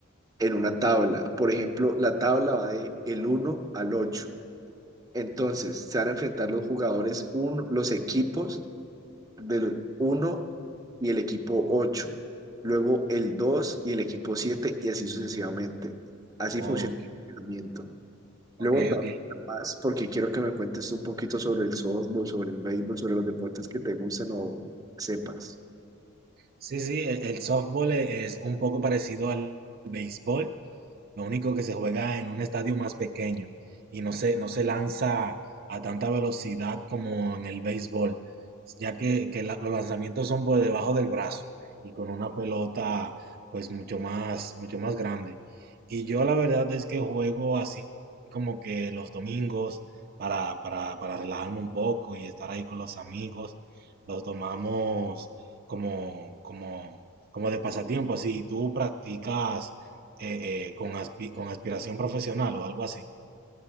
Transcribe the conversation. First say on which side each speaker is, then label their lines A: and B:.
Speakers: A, on the right; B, on the right.
A: en una tabla. Por ejemplo, la tabla va de el uno al 8 entonces, se van a enfrentar los jugadores, uno, los equipos del uno y el equipo 8, luego el 2 y el equipo 7 y así sucesivamente. Así
B: Ok,
A: funciona el entrenamiento.
B: ok,
A: Luego te voy
B: ok.
A: a contar más porque quiero que me cuentes un poquito sobre el softball, sobre el béisbol, sobre los deportes que te gusten o sepas.
B: Sí, sí, e- el softball e- es un poco parecido al béisbol. Lo único que se juega en un estadio más pequeño y no se, no se lanza a tanta velocidad como en el béisbol, ya que, que la- los lanzamientos son por debajo del brazo y con una pelota pues mucho más, mucho más grande. Y yo la verdad es que juego así como que los domingos para, para, para relajarme un poco y estar ahí con los amigos. Los tomamos como, como, como de pasatiempo, así. ¿Tú practicas eh, eh, con, aspi- con aspiración profesional o algo así.